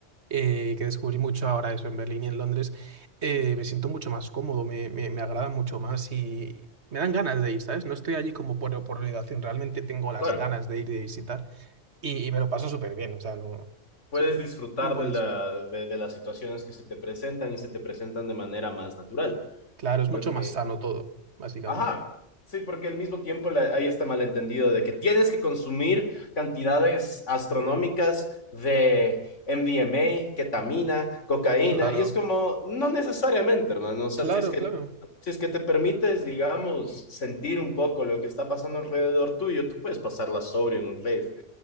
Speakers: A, on the right (about 65°); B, on the left (about 80°).
A: eh, que descubrí mucho ahora eso en Berlín y en Londres, eh, me siento mucho más cómodo, me, me, me agrada mucho más y me dan ganas de ir, ¿sabes? No estoy allí como por, por obligación, realmente tengo las
B: claro.
A: ganas de ir y de visitar y, y me lo paso súper bien, o sea, no...
B: Puedes
A: sí,
B: disfrutar
A: Muy bonito.
B: de, la, de, de las situaciones que se te presentan y se te presentan de manera más natural,
A: Claro, es
B: porque
A: mucho más sano todo, básicamente.
B: Ajá, sí, porque al mismo tiempo la- hay este malentendido de que tienes que consumir cantidades astronómicas de MDMA, ketamina, cocaína,
A: Claro,
B: y es como, no necesariamente, hermano, o sea,
A: claro,
B: si es que,
A: claro.
B: si es que te permites, digamos, sentir un poco lo que está pasando alrededor tuyo, tú puedes pasarla sobre en un rave,